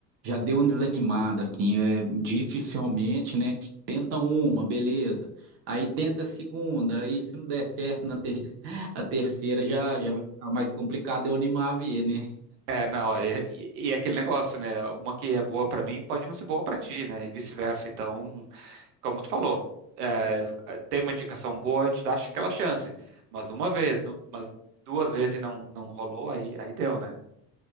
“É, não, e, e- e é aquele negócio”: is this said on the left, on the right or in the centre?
Right